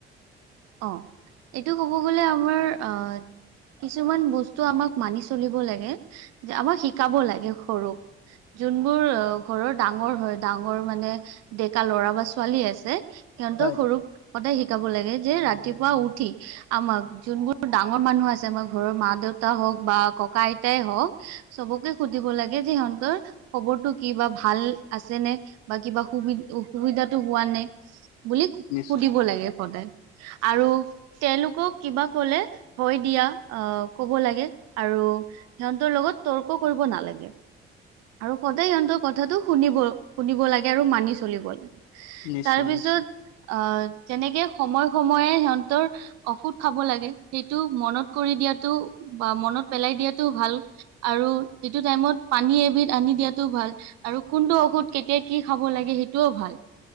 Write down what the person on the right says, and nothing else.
অ'এইটো ক'ব গ'লে আমাৰ অ কিছুমান বস্তু আমাক মানি চলিব লাগে যে আমাক শিকাব লাগে সৰুক যোনবোৰ ঘৰৰ ডাঙৰ হয় ডাঙৰ মানে ডেকা ল'ৰা বা ছোৱালী আছে। সিহঁতক
সৰু কথাই শিকাব লাগে যে ৰাতিপুৱা উঠি আমাৰ যোনবোৰ ডাঙৰ মানুহ আছে আমাৰ ঘৰৰ মা দেউতা হওঁক বা ককা আইতাই হওঁক। চবকে সুধিব লাগে যে সিহঁতৰ খবৰটো কি বা ভাল আছে নে বা কিবা সুবি অসুবিধাতো হোৱা নাই? বুলি সুধিব
লাগে সদায় আৰু তেওঁলোকক কিবা ক'লে হয়, দিয়া আহ ক'ব লাগে আৰু সিহঁতৰ লগত তৰ্ক কৰিব নালাগে। আৰু সদায় সিহঁতৰ কথাটো শুনিব শুনিব লাগে আৰু মানি চলিব লাগে।
তাৰ পিছত
আহ যেনেকে সময়ে সময়ে সিহঁতৰ ঔষধ খাব লাগে সেইটো মনত কৰি দিয়াতো বা মনত পেলাই দিয়াটোও ভাল। আৰু এইটো টাইমত পানী এবিধ আনি দিয়াতো ভাল। আৰু কোনটো ঔষধ কেতিয়া কি খাব লাগে সেইটোও ভাল।